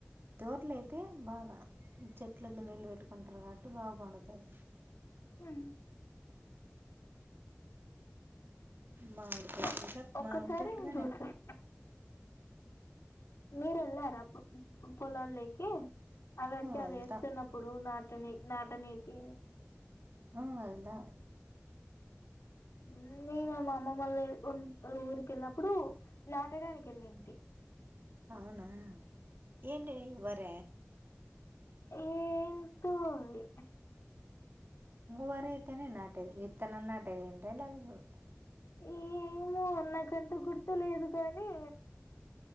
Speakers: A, on the right; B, on the left.
A: తోటలయితే బాగా చెట్లకి నీళ్ళు పెట్టుకుంటారు కాబట్టి బాగా పండుతాయి
B: హు
A: మామిడితోట్లు
B: ఒక్- ఒక్కసారి
A: మామితోట్లుగానీ
B: నేను చూస్తాను
A: ఎ
B: మీరు ఎల్లార పొలాలు లేకి అవంత
A: వెళ్తాం
B: వేస్తున్నప్పుడు నా నాటనీకి
A: ఆ వెళ్ళ
B: ఉ అన్నీ మా అమ్మమ మళ్ళ ఊరికి వెళ్ళినప్పుడు నాటడానికి వెళ్ళింటి
A: అవునా ఏంటి వార
B: ఏంటో అవి
A: వరి అయితేనే నాటెది విత్తనం నాటికి పోయింటివ లేకపో
B: ఏమో నాకంత గుర్తులేదు కానీ